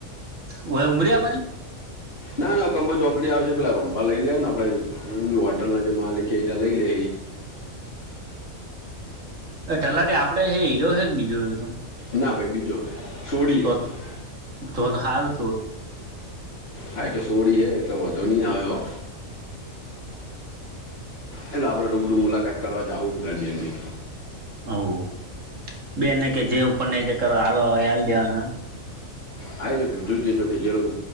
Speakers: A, on the right; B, on the left.
A: <inaudible>
B: ના, ના કંબો ચોકડી આવશે, પેલા રમવા લઈ લેને આપેડે હોટલના જે માલિક છે, જ લઈ લે.
A: એ તલાટી આપડે હ હીરો.
B: ના, ભાઈ બીજો હો <unintelligible>
A: તો તો હારુ.
B: હા, એ તો સોડી હે, એટલે વાધો ની આવે હો. હાલો, આપણે રૂબરૂ મુલાકાત કરવા જાઉં એક દાડ.
A: આવો બેનને કે જે <unintelligible>
B: આય જે બીજું જે કે, જે લોકો